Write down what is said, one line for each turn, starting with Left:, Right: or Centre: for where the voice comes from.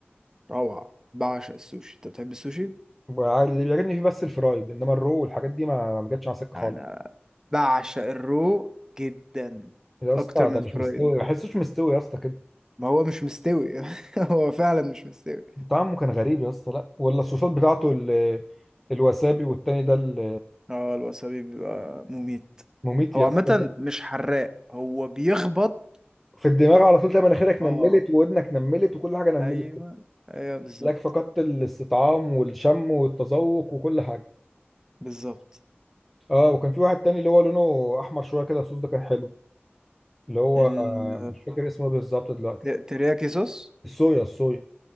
Right: روعة بعشق السوشي انت بتحب السوشي؟
Centre: وع- اللي بيعجبني فيه بس الفرايد انما الرو والحاجات دي ما ما جاتش على سكه
Right: انا
Centre: خالص
Right: بعشق الرو جدا
Centre: يا
Right: اكتر
Centre: اسطى
Right: من
Centre: ده
Right: الفرايد
Centre: مش مستوي ما بحسوش مستوي يا اسطى كده
Right: ما هو مش مستوي <laughs> هو فعلا مش مستوي
Centre: طعمه كان غريب يا اسطى لا ولا الصوصات بتاعته ال- الوسابي والتاني ده ال-
Right: اه الوسابي بيبقى مميت
Centre: مميت
Right: هو
Centre: يا
Right: عامة
Centre: اسطى
Right: مش حراق هو بيخبط
Centre: في الدماغ على طول تلاقي مناخيرك
Right: اه
Centre: نملت وودنك نملت وكل حاجه نملت
Right: ايوه ايوه بالظبط
Centre: لك فقدت الاستطعام والشم والتذوق وكل حاجه
Right: بالظبط
Centre: اه وكان في واحد تاني اللي هو لونه احمر شويه كده الصوص ده كان حلو اللي هو
Right: ال
Centre: آه، مش فاكر اسمه إيه بالظبط دلوقتي
Right: آه، ترياكي صوص
Centre: الصويا الصويا